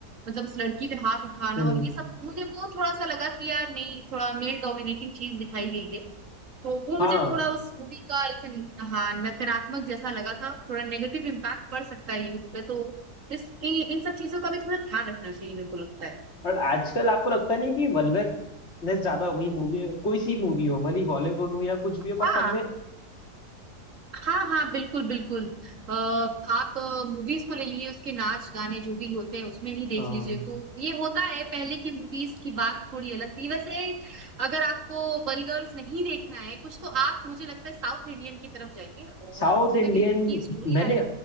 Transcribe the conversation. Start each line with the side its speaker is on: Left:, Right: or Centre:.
Right: मतलब उस लड़की पे हाथ उठाना
Left: हम्म
Right: और ये सब मुझे वो थोड़ा सा लगा कि यार नहीं थोड़ा मेल डोमिनेटिंग चीज दिखाई गई है वो वो मुझे
Left: हाँ
Right: थोड़ा उस मूवी का एक न- हाँ नकारात्मक जैसा लगा था थोड़ा नेगेटिव इम्पैक्ट पड़ सकता है यूथ पे तो इस इन इन सब चीजों का भी थोड़ा ध्यान रखना चाहिए मेरे को लगता है
Left: और आजकल आपको लगता नहीं कि वल्गरनेस ज्यादा हो गई मूवी में? कोई सी मूवी हो भले बॉलीवुड हो या कुछ भी हो पर
Right: हाँ
Left: सब में
Right: हाँ हाँ बिल्कुल बिल्कुल अ, आप मूवीज को ले लिए उसके नाच गाने जो भी होते हैं उसमें ही देख
Left: हाँ
Right: लीजिए तो ये होता है पहले की मूवीज की बात थोड़ी अलग थी वैसे अगर आपको वल्गर्स नहीं देखना है कुछ तो आप मुझे लगता है साउथ इंडियन की तरफ जाइए और
Left: साउथ
Right: उसमें
Left: इंडियन
Right: भी उनकी स्टोरी
Left: मैंने
Right: लाइन